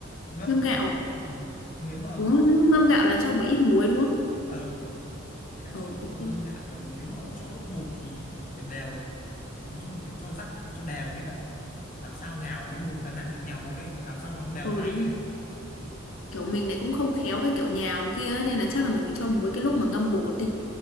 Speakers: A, on the left; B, on the left.
A: ngâm
B: Ngâm gạo
A: ừ. nếu mà
B: đúng không? Lúc
A: cho
B: ngâm
A: lúc
B: gạo là cho một ít muối đúng không?
A: ờ cái
B: Ờ
A: cho
B: ok.
A: lúc
B: ok.
A: ờ, ngâm gạo còn nếu mà cho lúc bột thì phải đều nói chung là phải cho rắc cho đều mới cả làm sao nhào cái bột đằng nào mình nhào bột ấy làm sao nó đều
B: Ờ
A: tay
B: đúng rồi.
A: ấy
B: Kiểu mình lại cũng không khéo cái kiểu nhào kia ấy, nên là chắc
A: Ờ,
B: là mình phải cho muối cái lúc mà ngâm bột đi,